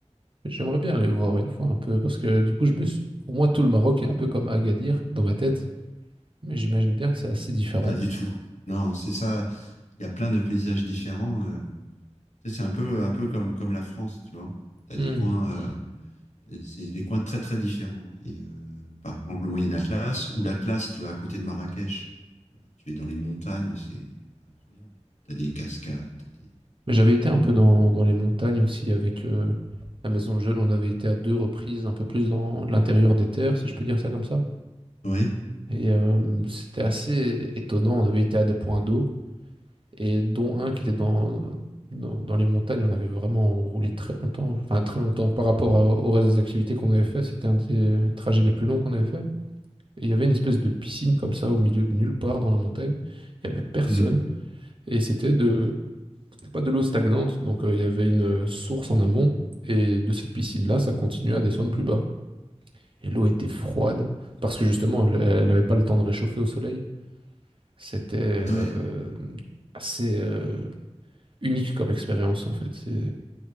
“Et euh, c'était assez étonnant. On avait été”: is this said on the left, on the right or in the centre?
Right